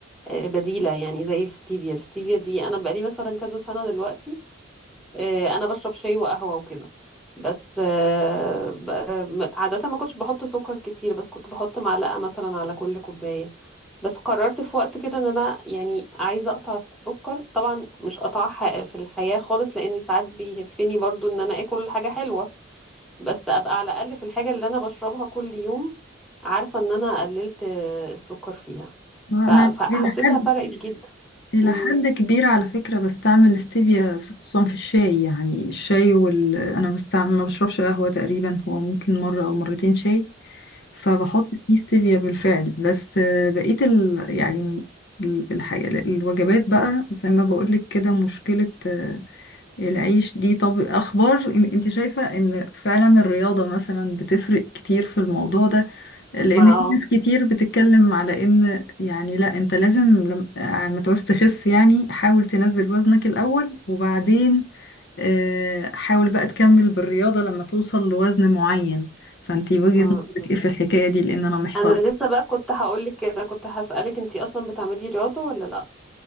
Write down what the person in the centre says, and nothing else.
آه، بديلة يعني زي الستيفيا الستيفيا دي انا بقالي مثلا كذا سنة دلوقتي آه، انا بشرب شاي وقهوه وكده بس آه، ب- آه، م- عاده ما كنتش بحط سكر كتير بس كنت بحط معلقه مثلا على كل كوبايه بس قررت في وقت كده ان انا يعني عايزه اقطع السكر طبعا مش قطعها ح- في الحياه خالص لاني ساعات بيهفني برضو ان انا اكل حاجه حلوه بس ابقى على الاقل في الحاجه اللي انا بشربها كل يوم عارفه ان انا قللت آه، السكر فيها
ف- فحسيتها
فرقت جدا
امم
ما
اه
انا لسه بقى كنت هقولك كده كنت هسألك انتي اصلا بتعملي رياضة ولا لا